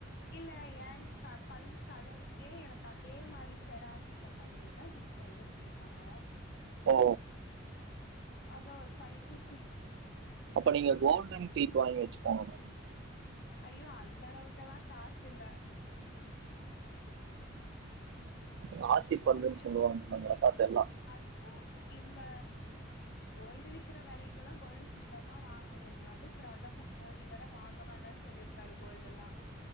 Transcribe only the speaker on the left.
இல்ல என் க பல்லு கலருக் கே எனக்கு அதே மாரி செராமிக்ல பல்லு வேன்னா சிக்ஸ் தௌசண்ட் கேட்டாங்க
அதா ஒரு ஃபை டு சிக்
ஐயோ அந்த அளவுக்கெல்லாம் காசு இல்ல
கோல்டன்
காசு இந்த கோல்டு விக்கிற வெலைக்குல்லாம் கோல்டு சுத்தமா வாங்க முடியாது அதுவும் பிரதமர் மோதி வேற வாங்க வேண்டான்னு சொல்லியிருக்காரு கோல்டுல்லாம்